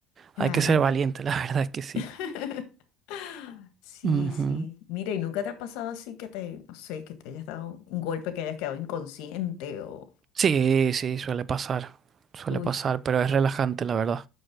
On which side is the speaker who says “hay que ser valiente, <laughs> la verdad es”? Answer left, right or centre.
Right